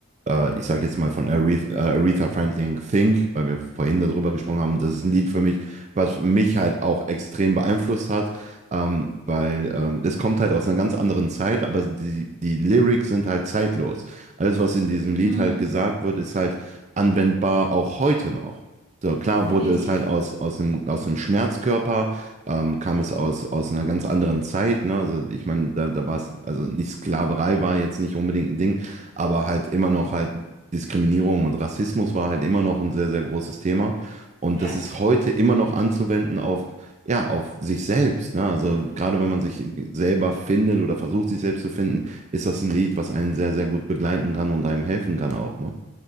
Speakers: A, on the right; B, on the right.
A: äh, ich sage jetzt mal von Aretha, äh, Aretha Franklin Think, weil wir vorhin darüber gesprochen haben, das ist ein Lied für mich, was mich halt auch extrem beeinflusst hat, ähm, weil ähm, es kommt halt aus einer ganz anderen Zeit, aber die, die Lyrics sind halt zeitlos. Alles, was in diesem Lied
B: Mhm,
A: halt gesagt wird, ist halt anwendbar auch heute noch. So, klar
B: definitiv.
A: wurde es halt aus, aus dem, aus dem Schmerzkörper, ähm, kam es aus, aus einer ganz anderen Zeit. Ne? Also ich meine, da, da war es, also nicht Sklaverei war jetzt nicht unbedingt ein Ding, aber halt immer noch halt Diskriminierung und Rassismus war halt immer noch ein sehr, sehr großes Thema. Und
B: Ja,
A: das ist heute immer noch anzuwenden auf, ja, auf sich selbst. Ne? Also gerade wenn man sich selber findet oder versucht, sich selbst zu finden, ist das ein Lied, was einen sehr, sehr gut begleiten kann und einem helfen kann auch. Ne?